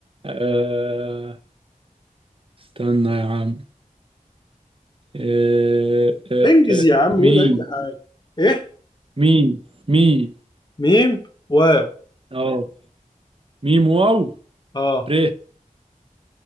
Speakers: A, on the right (about 40°); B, on the left (about 30°).
A: آه استنى يا عم آه آه
B: انجز
A: آه
B: يا عم
A: ميم
B: قول أي حاجة إيه؟
A: ميم ميم
B: ميم واو
A: اه ميم واو
B: أه
A: ر